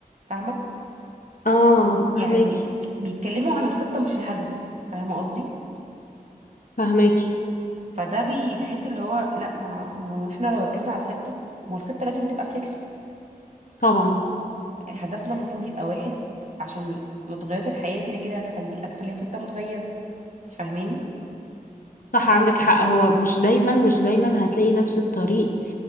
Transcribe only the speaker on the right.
فاهمة
يعني
بيتكلموا عن الخطة مش الهدف فاهمة قصدي
فده بي- بحس اللي هو لا ما ما هو احنا لو ركزنا على الخطة ما هو الخطة لازم تبقى فليكسبل
هدفنا المفروض يبقى واحد عشان متغيرات الحياة كده كده هتخليني هتخلي الخطة متغيرة انت فاهماني